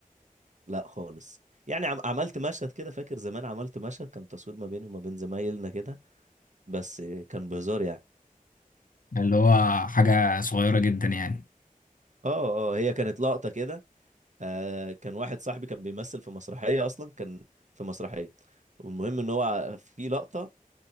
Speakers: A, on the right; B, on the left.
A: لا خالص يعني عم... عملت مشهد كده فاكر زمان عملت مشهد كان تصوير ما بيني وما بين زمايلنا كده بس آه، كان بهزار يعني
B: اللي هو حاجه صغيره جدا يعني
A: اه اه هي كانت لقطة كده آه كان واحد صاحبي كان بيمثل في مسرحية أصلا كان في مسرحية والمهم ان هو في لقطة